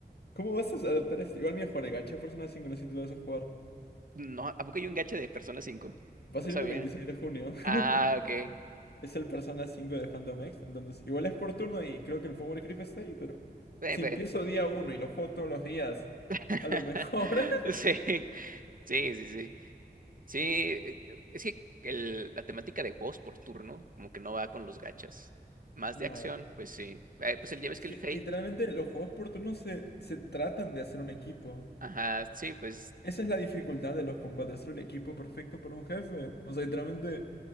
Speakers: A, on the left (about 65°); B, on the right (about 50°).
A: ¿cómo vas a adaptar esto? Igual mi juego de gacha de Persona 5, no sé si tú lo vas a jugar.
B: no, ¿a poco hay un gacha de Persona 5?
A: Va
B: No
A: a salir
B: sabía.
A: el 26 de junio. <laughs>
B: Ah, ok. Eh,
A: Es el Persona 5 de Phantom X. Entonces, igual es por turno y creo que el Power Creep está ahí, pero
B: pe-
A: si empiezo día uno y lo juego todos los días,
B: <laughs>
A: a lo mejor. <laughs>
B: Sí, sí, sí, sí. Sí, eh, es que el- la temática de juegos por turno como que no va con los gachas. Más
A: No.
B: de acción, pues sí. Eh, pues el día ves
A: Es
B: que
A: que
B: el Fate,
A: literalmente los juegos por turno se, se tratan de hacer un equipo.
B: ajá, sí, pues
A: Esa es la dificultad de los combates, hacer el equipo perfecto para un jefe. O sea, literalmente